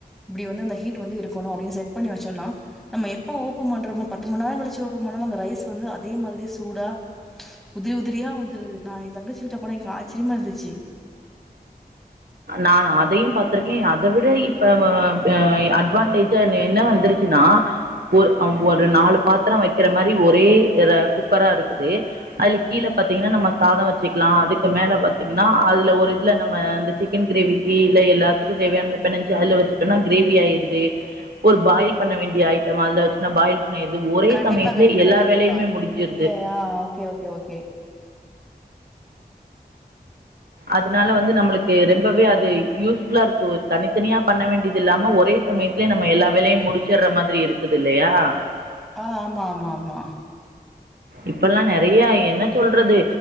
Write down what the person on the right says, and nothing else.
நானு அதையும் பாத்திருக்கேன் அத விட இப்ப் வ ப அட்வான்டேஜா என்ன வந்துருச்சுன்னா ஒரு ஒரு நாலு பாத்திரம் வெக்கிற மாதிரி ஒரே குக்கரா இருக்குது அதுல கீழ பாத்தீங்கன்னா நம்ம சாதம் வச்சுக்கலாம் அதுக்கு மேல பா்த்தீங்கன்னா அதுல ஒரு இதுல நம்மந்து சி சிக்கன் கிரேவிக்கு இல்ல எல்லாத்துக்கும் தேவையானத பெனஞ்சு அதுல வெச்சட்டோனா கிரேவி ஆயிருது ஒரு பாயில் பண்ண வேண்டிய ஐட்டம் அதுல வச்சுா பாயில் பண்ணிருது ஒரே
சமயத்துல
எல்லா
வேலையுமே முடிஞ்சிருது
அதனால வந்து நம்மளுக்கு ரெம்பவே அது யூஸ்ஃபுல்லா இருக்கு ஒர் தனித்தனியா பண்ண வேண்டியது இல்லாம ஒரே சமயத்லே நம்ம எல்லா வேலையும் முடிச்சர்ற மாதிரி இருக்குது இல்லையா
இப்பெல்லாம் நறையா என்ன சொல்றது